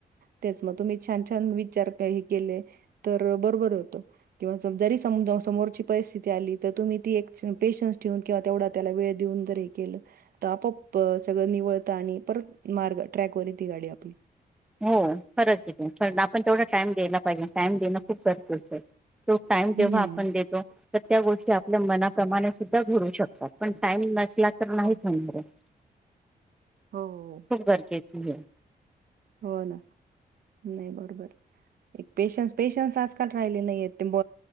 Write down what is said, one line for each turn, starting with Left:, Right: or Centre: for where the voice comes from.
Right: तेच मग तुम्ही छान छान विचार काही केले तर बरोबर होतय किंवा सम जरी समजा समोरची परिस्थिती आली तर तुम्ही ती एक पेशन्स ठेवून किंवा तेवढा त्याला वेळ देऊन जर हे केलं तर आपोआप सगळं निवळतं आणि परत मार्ग ट्रॅकवर येती गाडी आपली
Centre: हो खरच आहे ते आपण तेवढा टाइम घ्यायला पाहिजे टाइम देणं खूप गरजेचे तो टाइम
Right: हं.
Centre: जेव्हा आपण देतो तर त्या गोष्टी आपल्या मनाप्रमाणे सुद्धा घडू शकतात. पण टाइम नसला तर नाहीच
Right: हो,
Centre: होणार आहे
Right: हो,
Centre: खूप गरजेची आहे.
Right: हो ना, नाही बरोबर आहे. पेशन्स पेशन्स आजकाल राहिले नाहीय ते म